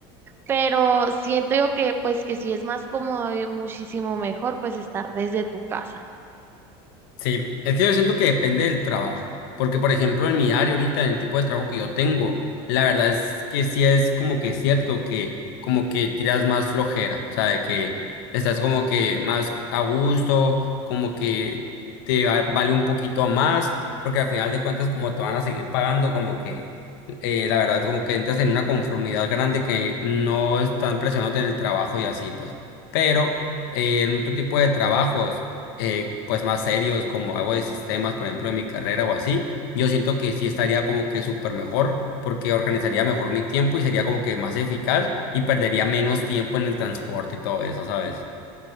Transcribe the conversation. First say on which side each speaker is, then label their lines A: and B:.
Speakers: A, on the right; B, on the left.
A: pero siento yo que pues que sí es más cómodo y muchísimo mejor pues estar desde tu casa.
B: Sí, es que yo siento que depende del trabajo, porque por ejemplo en mi área ahorita, en el tipo de trabajo que yo tengo, la verdad es que sí es como que cierto que como que tiras más flojera, o sea, de que estás como que más a gusto, como que te va- vale un poquito más, porque al final de cuentas como te van a seguir pagando, como que eh, la verdad como que entras en una conformidad grande que no están presionándote en el trabajo y así pues, pero eh, en otro tipo de trabajos eh, pues más serios como algo de sistemas, por ejemplo, de mi carrera o así, yo siento que sí estaría como que súper mejor porque organizaría mejor mi tiempo y sería como que más eficaz y perdería menos tiempo en el transporte y todo eso, ¿sabes?